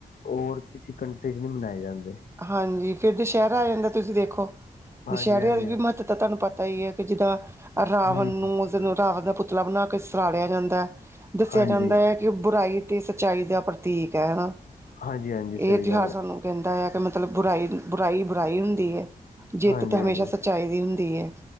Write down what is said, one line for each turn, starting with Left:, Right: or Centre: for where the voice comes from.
Left: ਹੋਰ ਕਿਸੇ ਕੰਟਰੀ ਚ ਨਹੀਂ ਮਨਾਏ ਜਾਂਦੇ।
Right: ਹਾਂਜੀ, ਫੇਰ ਦੁਸਿਹਰਾ ਆ ਜਾਂਦਾ ਤੁਸੀਂ ਦੇਖੋ।
Left: ਹਾਂਜੀ
Right: ਦੁਸਹਿਰਿਆਂ
Left: ਹਾਂਜੀ
Right: ਦਾ ਵੀ ਮਹੱਤਵਤਾ ਤੁਹਾਨੂੰ ਪਤਾ ਹੀ ਹੈ, ਕਿ ਜਿੱਦਾਂ ਰਾਵਣ
Left: ਹਮ
Right: ਨੂੰ- ਦਿਨ ਨੂੰ ਰਾਵਨ ਦਾ ਪੁਤਲਾ ਬਣਾ ਕੇ ਸਾੜਿਆ ਜਾਂਦਾ ਹੈ, ਦੱਸਿਆ
Left: ਹਾਂਜੀ
Right: ਜਾਂਦਾ ਹੈ ਕਿ ਬੁਰਾਈ ਤੇ ਸੱਚਾਈ ਦਾ ਪ੍ਰਤੀਕ ਹੈ, ਹਨਾ?
Left: ਹਾਂਜੀ ਹਾਂਜੀ
Right: ਇਹ
Left: ਸਹੀ
Right: ਤਿਉਹਾਰ
Left: ਗੱਲ
Right: ਸਾਨੂੰ ਕਹਿੰਦਾ ਹੈ ਤੇ ਮਤਲਬ ਬੁਰਾਈ-ਬੁਰਾਈ ਬੁਰਾਈ ਹੁੰਦੀ ਹੈ‌,
Left: ਹੈ
Right: ਜਿੱਤ
Left: ਹਾਂਜੀ
Right: ਤਾਂ ਹਮੇਸ਼ਾ
Left: ਹਾਂਜੀ
Right: ਸੱਚਾਈ ਦੀ ਹੁੰਦੀ ਹੈ।